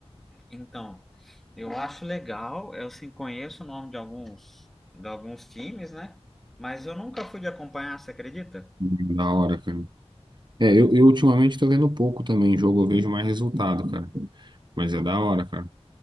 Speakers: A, in the centre; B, on the right (about 45°).
A: Então, eu acho legal, eu sim conheço o nome de alguns de alguns times, né? Mas eu nunca fui de acompanhar, você acredita?
B: Da hora, cara. É, eu, eu ultimamente tô vendo pouco também jogo, eu vejo mais resultado, cara. Mas é da hora, cara.